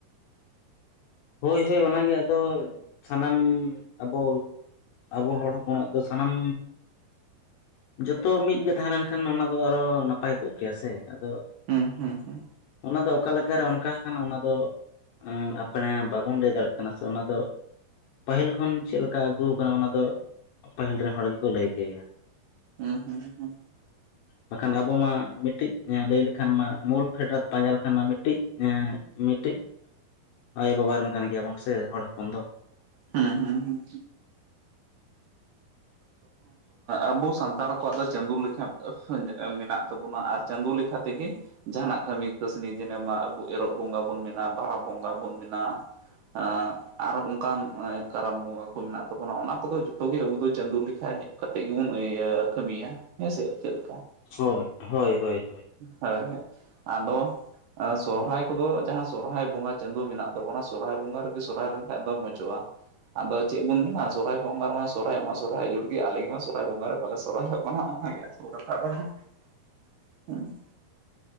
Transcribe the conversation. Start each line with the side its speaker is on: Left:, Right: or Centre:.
Left: ᱦᱳᱭ ᱦᱳᱭ ᱚᱱᱟᱜᱮ ᱟᱫᱚ ᱥᱟᱱᱟᱢ ᱟᱵᱚ ᱟᱵᱚ ᱦᱚᱲ ᱦᱚᱯᱚᱱᱟᱜ ᱫᱚ ᱥᱟᱱᱟᱢ ᱡᱚᱛᱚ ᱢᱤᱫᱜᱮ ᱛᱟᱦᱮᱸ ᱞᱮᱱᱠᱷᱟᱱ ᱚᱱᱟ ᱫᱚ ᱟᱨᱦᱚᱸᱱᱟᱯᱟᱭ ᱠᱚᱜ ᱠᱮᱭᱟ ᱥᱮ ᱟᱫᱚ
Right: ᱦᱩᱸ ᱦᱩᱸ ᱦᱩᱸ
Left: ᱚᱱᱟ ᱫᱚ ᱚᱠᱟᱞᱮᱠᱟᱨᱮ ᱚᱱᱠᱟ ᱟᱠᱟᱱᱟ᱾ ᱚᱱᱟ ᱫᱚ <unintelligible> ᱵᱟᱵᱚᱱ ᱞᱟᱹᱭ ᱫᱟᱲᱮᱭᱟᱜ ᱠᱟᱱᱟ ᱥᱮ ᱚᱱᱟ ᱫᱚ᱾ ᱯᱟᱹᱦᱤᱞ ᱠᱷᱚᱱ ᱪᱮᱫ ᱞᱮᱠᱟ ᱟᱹᱜᱩ ᱟᱠᱟᱱᱟ᱾ ᱚᱱᱟ ᱫᱚ ᱯᱟᱹᱦᱤᱞ ᱨᱮᱱ ᱦᱚᱲ ᱜᱮᱠᱚ ᱞᱟᱹᱭᱠᱮᱭᱟ᱾
Right: ᱦᱩᱸ ᱦᱩᱸ ᱦᱩᱸ
Left: ᱵᱟᱠᱷᱟᱱ ᱟᱵᱚ ᱢᱟ ᱢᱤᱫᱴᱤᱡ ᱞᱟᱹᱭ ᱞᱮᱠᱟᱛᱮ ᱠᱷᱟᱱ ᱢᱟ ᱢᱩᱞ ᱯᱷᱮᱰᱟᱨᱟᱛ ᱯᱟᱸᱡᱟ ᱞᱮᱠᱷᱟᱱ ᱢᱟ ᱢᱤᱫᱴᱤᱡ <unintelligible> ᱢᱤᱫᱴᱤᱡ ᱟᱭᱳ ᱵᱟᱵᱟ ᱨᱮᱱ ᱠᱟᱱ ᱜᱮᱭᱟᱵᱚᱱ ᱥᱮ ᱦᱚᱲ ᱦᱚᱯᱚᱱ ᱫᱚ᱾
Right: ᱦᱮᱸᱻᱦᱮᱸᱻᱦᱮᱸᱻᱦᱚᱸ᱾
Left: <unintelligible>
Right: ᱟᱵᱚ ᱥᱟᱱᱛᱟᱲ ᱠᱚᱣᱟᱜ ᱫᱚ ᱪᱟᱸᱫᱚ ᱞᱮᱠᱟᱱ ᱢᱮᱱᱟᱜ ᱛᱟᱵᱚᱱᱟ ᱟᱨ ᱪᱟᱸᱫᱳ ᱞᱮᱠᱟ ᱛᱮᱜᱮ ᱡᱟᱦᱟᱱᱟᱜ ᱠᱟᱹᱢᱤ ᱠᱟᱹᱥᱱᱤ ᱡᱮ ᱢᱮᱱᱟ ᱟᱵᱚ ᱮᱨᱚᱜ ᱵᱚᱸᱜᱟ ᱵᱚᱱ ᱢᱮᱱᱟ ᱵᱟᱦᱟ ᱵᱚᱸᱜᱟ ᱵᱚᱱ ᱢᱮᱱᱟ᱾ ᱟᱸ ᱟᱨᱦᱚᱸ ᱚᱱᱠᱟᱱ ᱠᱟᱨᱟᱢ ᱵᱚᱸᱜᱟ ᱠᱚ ᱢᱮᱱᱟᱜ ᱛᱟᱵᱚᱱᱟ᱾ ᱚᱱᱟ ᱠᱚᱫᱚ ᱡᱚᱛᱚ ᱜᱮ ᱟᱵᱚ ᱫᱚ ᱪᱟᱸᱫᱚ ᱞᱮᱠᱷᱟ ᱠᱟᱛᱮᱜ ᱜᱮᱵᱚᱱ ᱤᱭᱟᱹ ᱠᱟᱹᱢᱤᱭᱟ᱾ ᱦᱮᱸᱥᱮ ᱪᱮᱫ ᱞᱮᱠᱟ?
Left: ᱦᱳᱭᱻᱦᱳᱭᱻᱦᱳᱭᱻᱦᱳᱭ᱾
Right: ᱦᱳᱭᱻᱦᱳᱭᱻ᱾ ᱟᱫᱚ ᱥᱚᱦᱚᱨᱦᱟᱭ ᱠᱚᱫᱚ ᱡᱟᱦᱟᱸ ᱥᱚᱨᱦᱟᱭ ᱵᱚᱸᱜᱟ ᱪᱟᱸᱫᱳ ᱢᱮᱱᱟᱜ ᱛᱟᱵᱚᱱᱟ ᱥᱚᱨᱦᱟᱭ ᱵᱚᱸᱜᱟ ᱨᱮᱜᱮ ᱥᱚᱦᱚᱨᱟᱭ ᱞᱮᱱᱠᱷᱟᱱ ᱫᱚ ᱢᱚᱸᱡᱚᱜᱼᱟ᱾ ᱟᱫᱚ ᱪᱮᱫ ᱵᱚᱱ ᱢᱮᱱᱟ? ᱥᱚᱨᱦᱟᱭ ᱵᱚᱸᱜᱟ ᱨᱮᱢᱟ ᱥᱚᱨᱦᱟᱭᱚᱜ ᱢᱟ ᱥᱚᱨᱦᱟᱭ ᱡᱩᱲ ᱜᱮ, ᱟᱞᱮ ᱢᱟ ᱥᱚᱨᱦᱟᱭ ᱵᱚᱸᱜᱟ ᱨᱮ ᱵᱟᱞᱮ ᱥᱚᱨᱦᱟᱭᱚᱜ ᱠᱟᱱᱟ᱾ ᱚᱱᱟᱜᱮ ᱚ ᱠᱟᱛᱷᱟ ᱫᱚ ᱱᱟᱜ
Left: <inaudible>
Right: <unintelligible>